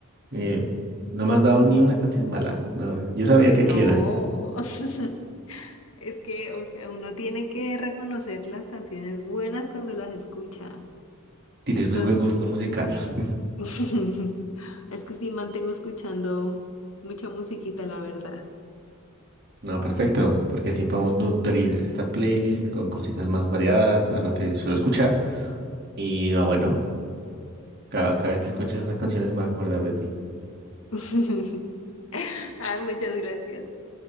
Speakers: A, on the right; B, on the left.
A: Eh, no me has dado ni una canción mala. No, yo sabía
B: no.
A: que aquí era.
B: <laughs> Es que, o sea, uno tiene que reconocer las canciones buenas cuando las escucha.
A: Tienes muy
B: Entonces,
A: buen gusto musical. <laughs>
B: <laughs> Es que sí, mantengo escuchando mucha musiquita, la verdad.
A: No, perfecto, porque así podemos nutrir esta playlist con cositas más variadas a lo que suelo escuchar. Y ah, bueno, cada, cada vez que escuches estas canciones me voy a acordar de ti.
B: <laughs> Ay, muchas gracias.